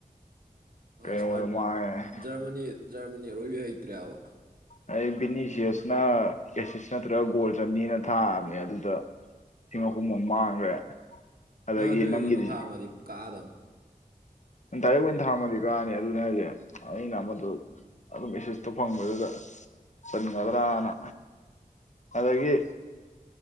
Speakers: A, on the left; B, on the right.
A: ꯀꯩꯅꯣꯗ
B: ꯁ ꯑꯥ
A: ꯃꯥꯡꯉꯦ
B: ꯖꯔꯃꯅꯤ ꯖꯔꯃꯅꯤ ꯑꯔꯣꯏꯕ ꯍꯩꯇ꯭ꯔꯦꯕ꯫
A: ꯑꯩ ꯚꯕꯤꯅꯤꯁꯤꯌꯁꯅ ꯑꯦꯁꯤꯁ ꯅꯠꯇ꯭ꯔꯒ ꯒꯣꯜ ꯆꯅꯤꯅ ꯊꯥꯑꯕꯅꯦ ꯑꯗꯨꯗ ꯊꯤꯡꯉ ꯀꯨꯝꯃ ꯃꯥꯡꯒ꯭ꯔꯦ꯫ ꯑꯗꯒꯤ
B: ꯅꯪ ꯑꯗꯨꯏ
A: ꯅꯪꯒꯤꯗꯤ
B: ꯀꯩꯅꯣ ꯊꯥ ꯑꯃꯗꯤ ꯀꯥꯛꯑꯗꯝꯅꯦ꯫
A: ꯗꯥꯏꯔꯦꯛ ꯑꯣꯏꯅ ꯊꯥꯡꯃꯗꯤ ꯀꯥꯅꯤ ꯑꯗꯨꯅꯦ ꯍꯥꯏꯁꯦ ꯑꯩꯅ ꯑꯃꯗꯨ ꯑꯗꯨꯝ ꯑꯦꯁꯤꯁꯇꯣ ꯐꯪꯕꯗꯨꯗ ꯆꯟꯒꯗ꯭ꯔꯥꯅ ꯑꯗꯒꯤ